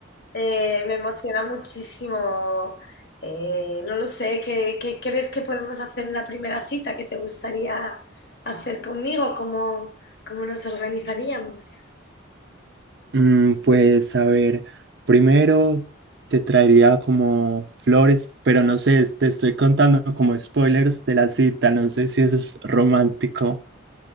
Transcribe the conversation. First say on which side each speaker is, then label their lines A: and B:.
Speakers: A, on the left; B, on the right.
A: Eh, me emociona muchísimo. Eh, no lo sé, ¿qué, qué crees que podemos hacer en la primera cita? ¿Qué te gustaría hacer conmigo? ¿Cómo, cómo nos organizaríamos?
B: Mm, pues a ver, primero te traería como flores, pero no sé, te estoy contando como spoilers de la cita, no sé si eso es romántico